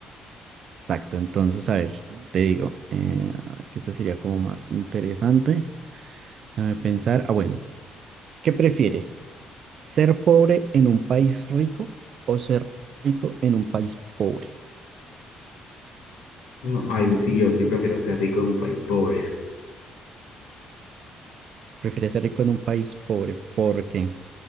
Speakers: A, on the right; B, on the left.
A: Exacto, entonces, a ver, te digo, eh, a ver que este sería como más interesante. Déjame pensar, ah, bueno, ¿qué prefieres? ¿Ser pobre en un país rico o ser rico en un país pobre?
B: No, ahí sí, yo sí prefiero ser rico en un país pobre,
A: ¿Prefieres ser rico en un país pobre? ¿Por qué?